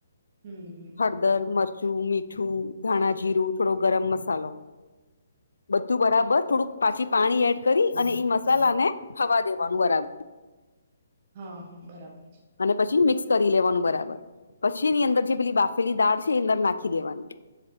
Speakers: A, on the right (about 35°); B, on the left (about 70°).
A: હમ હમ
B: હળદર
A: બર-
B: મરચું મીઠું ધાણા જીરું થોડો ગરમ મસાલો બધું બરાબર થોડુંક પાછી પાણી એડ કરી અને ઈ મસાલા ને થવા દેવાનું <unintelligible>
A: હ હ બરાબર છે
B: અને પછી મિક્સ કરી લેવાનું બરાબર પછી એની અંદર જે પેલી બાફેલી દાળ છે એ અંદર નાખી દેવાની